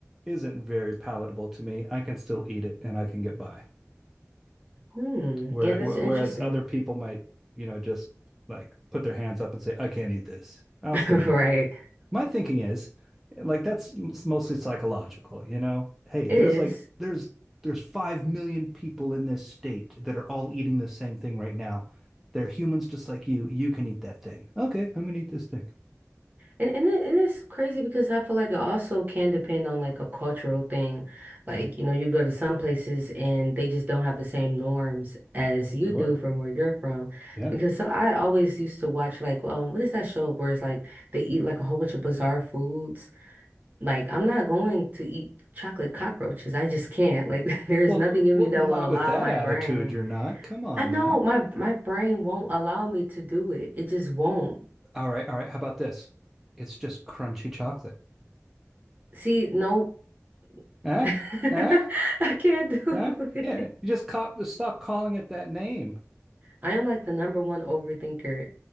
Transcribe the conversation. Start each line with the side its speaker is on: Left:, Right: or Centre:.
Centre: isn't very palatable to me, I can still eat it and I can get by.
Right: Hmm.
Centre: Where,
Right: Yeah, that's
Centre: whereas
Right: interesting.
Centre: other people might, you know, just like put their hands up and say, I can't eat this. I'll
Right: <laughs>
Centre: still eat
Right: Right.
Centre: it. My thinking is like that's mostly psychological, you know? Hey,
Right: It
Centre: there's
Right: is.
Centre: like there's there's 5 million people in this state that are all eating the same thing right now. They're humans just like you. You can eat that thing. Okay, I'm gonna eat this thing.
Right: And and it, and it's crazy because I feel like it also can depend on like a cultural thing. Like, you know, you go to some places and they just don't have the same norms as you
Centre: Sure.
Right: do from where you're from.
Centre: Yeah.
Right: Because so I always used to watch like um what is that show where it's like they eat like a whole bunch of bizarre foods. Like I'm not going to eat chocolate cockroaches. I just can't. Like <laughs> there's
Centre: Well,
Right: nothing in
Centre: well,
Right: me that
Centre: not
Right: will allow
Centre: with that
Right: my
Centre: attitude,
Right: brain.
Centre: you're not. Come on
Right: I know
Centre: now.
Right: my my brain won't allow me to do it. It just won't.
Centre: All right, all right. How about this? It's just crunchy chocolate.
Right: See, no.
Centre: Huh?
Right: <laughs>
Centre: Huh?
Right: I can't do
Centre: Huh?
Right: it.
Centre: Yeah, you just cop stop calling it that name.
Right: I am like the number one overthinker.